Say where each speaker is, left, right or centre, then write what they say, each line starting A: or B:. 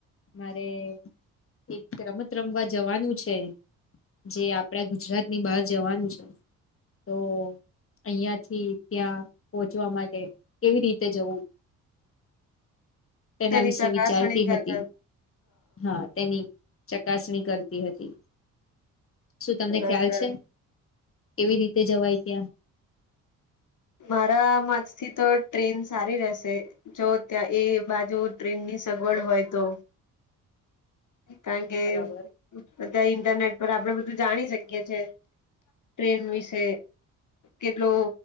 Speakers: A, on the left; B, on the left.
A: મારે એક રમત રમવા જવાનું છે. જે આપડા ગુજરાતની બહાર જવાનું છે. તો અહીંથી ત્યાં પહોંચવા માટે કેવી રીતે જવું? તેના
B: તેની
A: વિશે
B: ચકાસણી
A: વિચારતી
B: કરતા
A: હતી હા તેની ચકાસણી કરતી હતી શું તમને
B: સરસ
A: ખ્યાલ
B: સરસ
A: છે? એવી રીતે જવાય ત્યાં
B: મારા મતથી તો ટ્રેન સારી રહેશે. જો ત્યાં એ બાજુ ટ્રેનની સગવડ હોય તો કારણ કે
A: બરાબર
B: બધા ઇન્ટરનેટ પર આપડે બધું જાણી શકીએ છે. ટ્રેન વિશે કેટલો